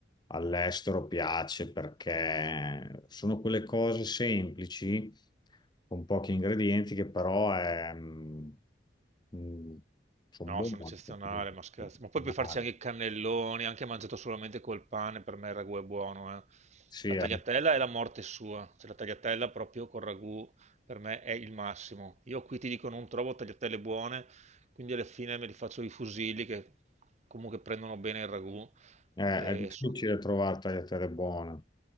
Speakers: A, on the left (about 25°); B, on the right (about 40°).
A: all'estero piace perché sono quelle cose semplici, con pochi ingredienti, che però è, mm, mm, sono
B: No,
A: buone
B: sono eccezionale,
A: anche per i
B: ma scherzo.
A: professionali.
B: Ma poi puoi farci anche i cannelloni, anche mangiato solamente col pane, per me il ragù è buono, eh.
A: Sì,
B: La
A: è,
B: tagliatella è la morte sua, cioè la tagliatella proprio col ragù per me è il massimo. Io qui ti dico non trovo tagliatelle buone, quindi alla fine me li faccio i fusilli che comunque prendono bene il ragù.
A: è-
B: E
A: è difficile
B: sono-
A: trovare tagliatelle buone.